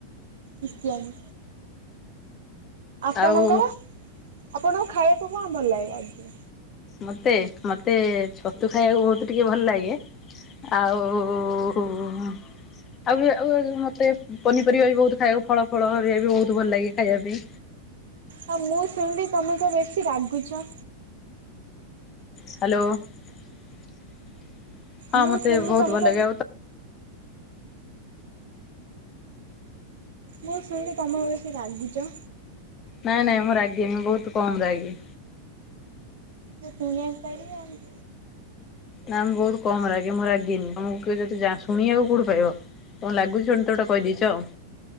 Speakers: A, on the right; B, on the left.
A: ଇତ୍ୟାଦି। ଆପଣଙ୍କର,
B: ଆଉ
A: ଆପଣଙ୍କୁ ଖାଇବାକୁ କଣ ଭଲ ଲାଗେ?
B: ମତେ,। ମତେ ଛତୁ ଖାଇବାକୁ ବହୁତ ଟିକେ ଭଲ ଲାଗେ। ଆଉ। ଆଉ, ଆଉ, ମତେ ପନିପରିବା ବି ବହୁତ ଖାଇବାକୁ, ଫଳ, ଫଳ ହରିକା ବି ବହୁତ ଭଲ ଲାଗେ ଖାଇବା ପାଇଁ
A: ଆଉ, ମୁଁ ଶୁଣିଲି ତମେ ତ ବେଶୀ ରାଗୁଚ।
B: ହ୍ୟାଲୋ। ହଁ,
A: ମୁଁ
B: ମତେ
A: ଶୁଣିଲି
B: ବହୁତ
A: ତମେ
B: ଭଲ
A: ତ
B: ଲାଗେ।
A: ମୁଁ ଶୁଣିଲି ତମେ ବେଶି ରାଗୁଚ?
B: ନାଇଁ, ନାଇଁ, ମୁଁ ରାଗିନି। ମୁଁ ବହୁତ୍ କମ ରାଗେ।
A: ସେ ସୁଣିଆକୁ ପାଇଲି ଆଉ
B: ନା ମୁଁ ବହୁତ କମ ରାଗେ ମୁଁ ରାଗେନି ତମକୁ ଯଦି ଶୁଣିବାକୁ କୋଉଠି ପାଇବ? କଣ ଲାଗୁଚି ତୋଟେ କହିଦେଇଛ?